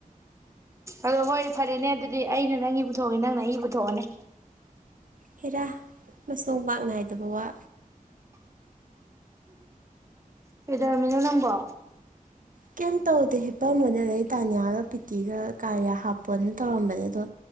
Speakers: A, on the right; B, on the right.
A: ꯑꯗꯣ ꯍꯣꯏ ꯐꯔꯦꯅꯦ ꯑꯗꯨꯗꯤ ꯑꯩꯅ ꯅꯪꯒꯤ ꯄꯨꯊꯣꯛꯑꯒꯦ ꯅꯪꯅ ꯑꯩꯒꯤ ꯄꯨꯊꯣꯛꯑꯣꯅꯦ
B: ꯍꯦꯔꯥ ꯃꯆ‌ꯣꯡ ꯄꯥꯠ ꯅꯥꯏꯗꯕ ꯋꯥ
A: ꯀꯩꯗꯧꯔꯝꯃꯤꯅꯣ ꯅꯪꯕꯣ
B: ꯀꯩꯝ ꯇꯧꯗꯦ ꯍꯤꯞꯄꯝꯕꯅꯦ ꯑꯗꯩ ꯇꯥꯅꯤꯌꯥꯒ ꯄꯔꯤꯇꯤꯒ ꯀꯥꯔꯤꯌꯥ ꯍꯥꯞꯄꯣꯅ ꯇꯧꯔꯝꯕꯅꯦ ꯑꯗꯣ